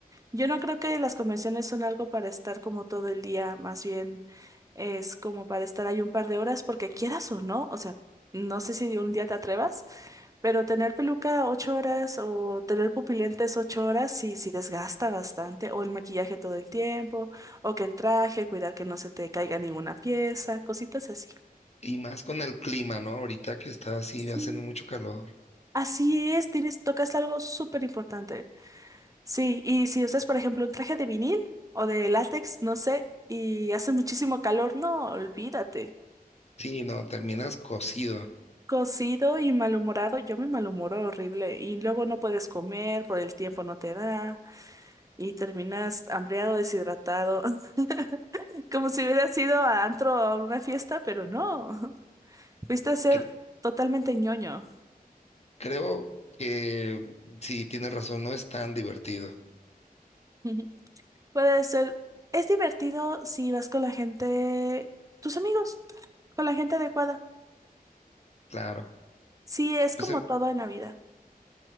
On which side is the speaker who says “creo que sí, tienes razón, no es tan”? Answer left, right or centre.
Left